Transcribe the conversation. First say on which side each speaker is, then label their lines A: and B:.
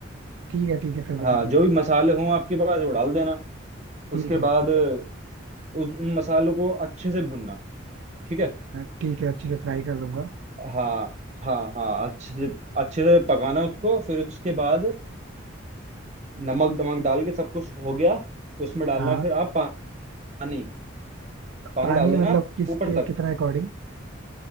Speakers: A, on the right; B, on the right.
A: ठीक है ठीक है फिर
B: हाँ
A: बताओ
B: जो भी मसाले हों आपके पास वो डाल देना
A: ठीक
B: उसके
A: है
B: बाद उस उन मसालों को अच्छे से भुनना ठीक है
A: अ, ठीक है अच्छे से फ्राई कर लूंगा
B: हाँ हाँ हाँ अच्छे से अच्छे से पकाना उसको फिर उसके बाद नमक दमक डाल के सब कुछ हो गया तो उसमें डालना
A: हाँ
B: फिर आप पा- पानी पानी
A: पानी
B: डाल देना
A: मतलब किसके
B: ऊपर तक
A: कितना अकॉर्डिंग